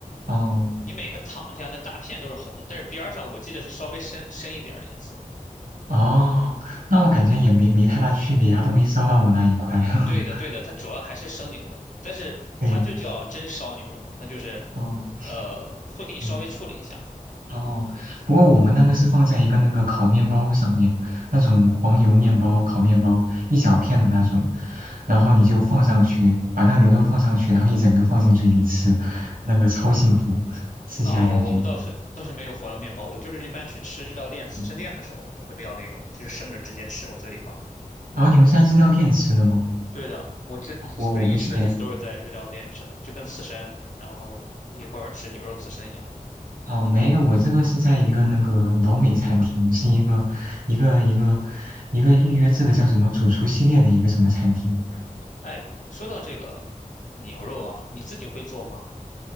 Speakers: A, on the right; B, on the left.
A: 哦
B: 你每个躺下那大片都是红的，但是边儿上我记得是稍微深深一点儿的颜色。
A: 哦，那我感觉也没没太大区别啊，都没烧到我那一块。<laughs>
B: 对的，对的，它主要还是生牛肉，但是它就叫真烧牛肉嘛，
A: 对，
B: 它就是
A: 哦
B: 呃会给你稍微处理一下。
A: 嗯。哦，不过我们那个是放在一个那个烤面包上面，那种黄油面包、烤面包一小片的那种，然后你就放上去，把那个牛肉放上去，然后一整个放进嘴里吃，那个超幸福，吃起来感觉。
B: 哦，我们倒是倒是没有黄油面包，
A: 哦
B: 我就是一般去吃日料店、刺身店的时候都会要那个，
A: 嗯，
B: 就是生着直接吃，往嘴里放。
A: 然后你们是在日料店吃的吗？
B: 对的，我这唯一吃的几次都是在日料店吃的，
A: 我我不是哎，
B: 就跟刺身，然后一块儿吃牛肉刺身一样。
A: 哦没有，我这个是在一个那个老美餐厅，是一个一个一个一个预约制的叫什么主厨系列的一个什么餐厅。
B: 哎，说到这个牛肉啊，你自己会做吗？